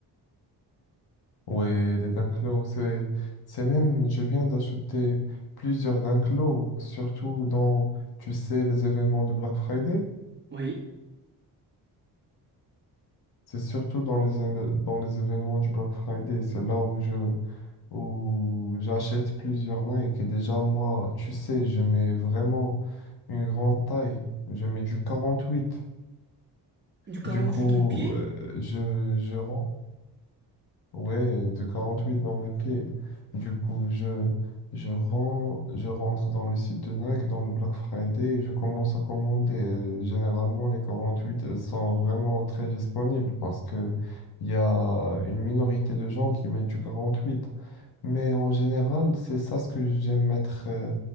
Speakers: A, on the left (about 65°); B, on the right (about 25°).
A: Ouais, les Dunklo, c'est, c'est même, je viens d'acheter plusieurs Dunklo, surtout dans, tu sais, les événements de Black Friday.
B: Oui.
A: C'est surtout dans les, éve- dans les événements du Black Friday, c'est là où je, où j'achète plusieurs Nike. Et déjà, moi, tu sais, je mets vraiment une grande taille. Je mets du 48.
B: Du 48
A: Du coup,
B: en pied.
A: euh, je, je rentre. Ouais, de 48 dans mes pieds. Du coup, je, je, ren- je rentre dans le site de Nike, dans le Black Friday, et je commence à commander. Euh, Généralement, les 48, elles sont vraiment très disponibles parce que il y a une minorité de gens qui mettent du 48, Mais en général, c'est ça ce que j'aime mettre euh,